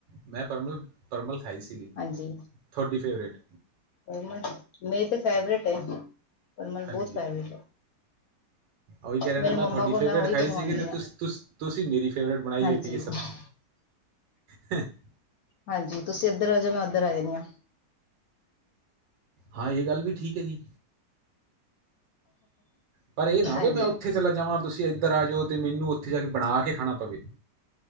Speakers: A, on the right; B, on the left.
A: ਮੈਂ ਪਰਮਲ, ਪਰਮਲ ਖਾਈ ਸੀਗੀ
B: ਹਾਂਜੀ
A: ਤੁਹਾਡੀ ਫੇਵਰਟ
B: ਪਰਮਲ ਮੇਰੀ ਤੇ ਫੈਵਰੇਟ ਹੈ, ਪਰਮਲ ਬਹੁਤ
A: ਹਾਂਜੀ।
B: ਖਾਏ ਹੈ
A: ਉਹੀ ਕਹਿ ਰਹੇ
B: ਮੇਰੀ
A: ਨੇ ਮੈਂ
B: ਮੰਮਾ
A: ਤੁਹਾਡੀ
B: ਕੋਲ
A: ਫੇਵਰਟ
B: ਉਹੀ
A: ਖਾਈ
B: ਬਣਵਾਉਂਦੀ
A: ਸੀਗੀ ਅਤੇ
B: ਹਾਂ
A: ਤੁਸੀਂ ਤੁਸੀਂ ਤੁਸੀਂ ਮੇਰੀ ਫੇਵਰਟ ਬਣਾਈ
B: ਹਾਂਜੀ
A: ਹੋਈ ਜੀ ਸਬਜ਼ੀ
B: <unintelligible>
A: ਹ <unintelligible>
B: ਹਾਂਜੀ ਤੁਸੀਂ ਇੱਧਰ ਆ ਜਾਣਾ ਮੈਂ ਉੱਧਰ ਆ ਜਾਣਾ
A: ਹਾਂ ਇਹ ਗੱਲ ਵੀ ਠੀਕ ਹੈ ਜੀ ਪਰ ਇਹ ਨਾ
B: ਹਾਂਜੀ
A: ਵੀ ਮੈਂ ਉੱਥੇ ਚਲਾ ਜਾਵਾਂ ਤੁਸੀਂ ਇੱਧਰ ਆ ਜਾਓ ਤੇ ਮੈਨੂੰ ਉੱਥੇ ਜਾ ਕੇ ਬਣਾ ਕੇ ਖਾਣਾ ਪਵੇ